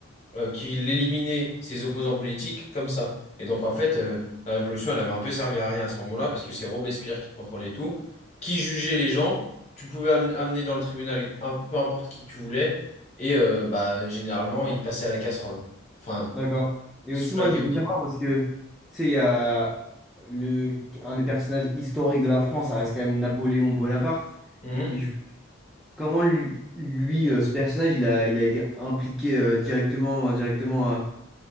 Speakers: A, on the left; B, in the centre.
A: euh, qu'il éliminait ses opposants politiques comme ça. Et donc, en fait, euh, la Révolution, elle avait un peu servi à rien à ce moment-là, parce que c'est Robespierre qui contrôlait tout, qui jugeait les gens. Tu pouvais am- amener dans le tribunal un, peu importe qui tu voulais, et euh, bah, généralement, il passait à la casserole. Enfin,
B: D'accord. Et
A: sous
B: aussi, moi,
A: la guillotine.
B: je voulais savoir parce que, tu sais, il y a le, un des personnages historiques de la France, ça reste quand même Napoléon Bonaparte.
A: Mhm.
B: Et je, comment lui, lui, euh, ce personnage, il a, il a été impliqué euh, directement ou indirectement, euh,